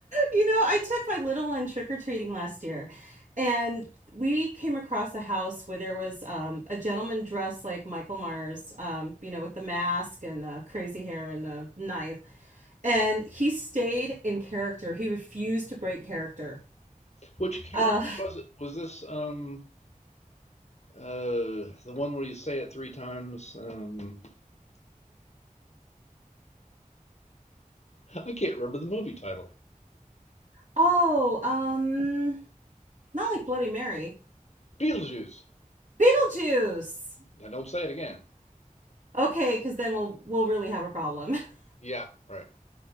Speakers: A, on the right; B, on the left.
A: You know, I took my little one trick-or-treating last year, and we came across a house where there was um, a gentleman dressed like Michael Myers, um, you know, with the mask and the crazy hair and the knife. And he stayed in character. He refused to break character.
B: Which character
A: Uh,
B: was it? Was this um, uh, the one where you say it three times? Um, I can't remember the movie title.
A: <laughs> oh, um, not like Bloody Mary.
B: Beetlejuice.
A: Beetlejuice.
B: Now don't say it again.
A: Okay, because then we'll we'll really have a problem. <laughs>
B: Yeah, right.